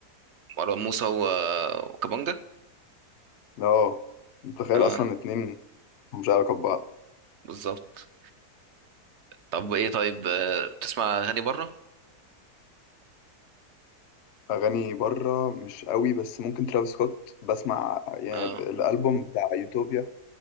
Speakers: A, on the right (about 55°); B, on the left (about 60°).
A: مروان موسى و... وكابونجا
B: لا متخيل
A: اه
B: أصلا اتنين مش علاقة ببعض
A: بالظبط طب ايه طيب آه، بتسمع اغاني بره
B: أغاني بره مش قوي بس ممكن ترافيس سكوت بسمع يعني
A: اه
B: الألبوم بتاع يوتوبيا